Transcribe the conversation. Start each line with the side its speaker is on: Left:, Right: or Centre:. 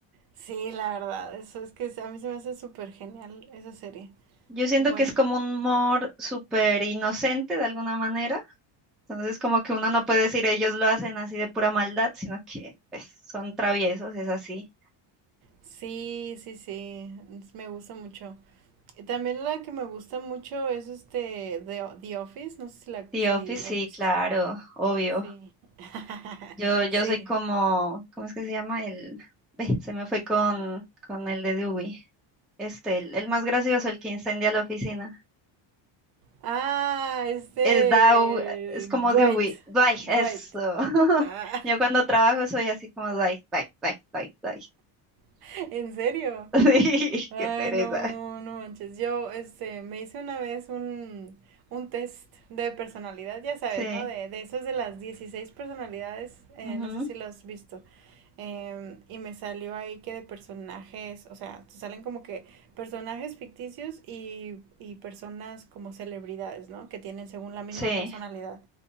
Right: sí, la verdad, eso es que a mí se me hace súper genial esa serie,
Centre: Yo siento
Right: igual.
Centre: que es como un humor súper inocente de alguna manera. Entonces, como que uno no puede decir ellos lo hacen así de pura maldad, sino que pues, son traviesos, es así.
Right: Sí, sí, sí, es- me gusta mucho. Y También la que me gusta mucho es este The, The Office, no sé si la,
Centre: The
Right: si
Centre: Office,
Right: la
Centre: sí,
Right: has visto.
Centre: claro, obvio.
Right: Sí. <laughs>
Centre: Yo, yo
Right: Sí.
Centre: soy como, ¿cómo es que se llama? El, ve, se me fue con, con el de Dewey. Este, el, el más gracioso, el que incendia la oficina.
Right: Ah, este
Centre: Es Dow, es como
Right: Dwight.
Centre: Dewey. Dwight,
Right: Dwight.
Centre: eso. <laughs>
Right: Ah,
Centre: Yo cuando trabajo soy así como Dwight, Dwight, Dwight, Dwight, Dwight.
Right: <laughs> ¿en serio?
Centre: <laughs> Sí,
Right: Ay,
Centre: qué pereza.
Right: no, no manches. Yo, este, me hice una vez un, un test de personalidad, ya sabes,
Centre: Sí,
Right: ¿no? De, de esos de las 16 personalidades. eh,
Centre: ujú,
Right: no sé si lo has visto. Em, y me salió ahí que de personajes, o sea, te salen como que personajes ficticios y, y personas como celebridades, ¿no? Que tienen según la misma
Centre: sí.
Right: personalidad.